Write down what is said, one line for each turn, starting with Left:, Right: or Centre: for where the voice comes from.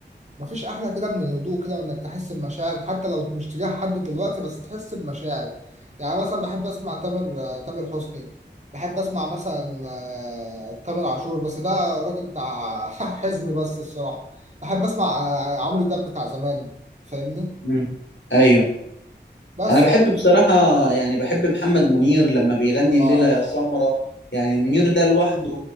Right: مفيش أحلى كده من الهدوء كده وإنك تحس بمشاعر حتى لو مش تجاه حد دلوقتي بس تحس بمشاعر يعني مثلا بحب أسمع تامر آه، تامر حسني بحب أسمع مثلا آه، تامر عاشور بس ده راجل بتاع <laughs> حزن بس الصراحة بحب أسمع آه، عمرو دياب بتاع زمان فاهمني
Left: مم. ايوه
Right: بس
Left: انا بحب بصراحة يعني بحب محمد منير لما بيغني
Right: اه
Left: الليلة يا سمرة يعني منير ده لوحده